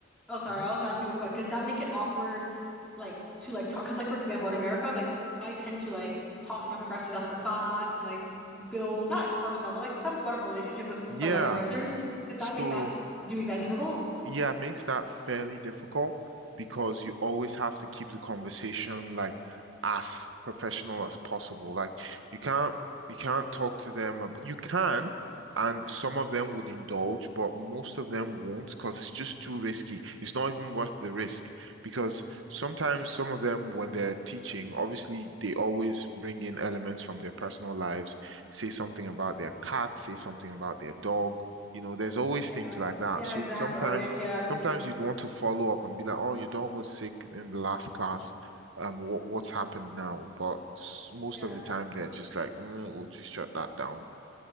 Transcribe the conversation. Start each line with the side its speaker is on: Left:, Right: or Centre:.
Centre: Oh sorry,
Right: Mhm.
Centre: I was gonna ask you real quick. Does that make it awkward like to like talk? Because like for example in America, like I tend to like talk to my professors after class and like build not personal, but like somewhat of a relationship with
Right: yeah.
Centre: some of my professors. Does
Right: So
Centre: that make that doing that difficult?
Right: Yeah, it makes that fairly difficult because you always have to keep the conversation like as professional as possible. Like you can't you can't talk to them about, you can and some of them would indulge, but most of them won't because it's just too risky. It's not even worth the risk because sometimes some of them when they're teaching, obviously they always bring in elements from their personal lives, say something about their cat, say something about their dog. You know, there's always
Centre: Yeah.
Right: things like that.
Centre: Yeah,
Right: So
Centre: exactly.
Right: sometimes
Centre: Yeah.
Right: sometimes you'd want to follow up and be like, oh, your dog was sick in the last class. Um, what what's happened now? But s- most
Centre: Yeah.
Right: of the time, they're just like, mm, we'll just shut that down.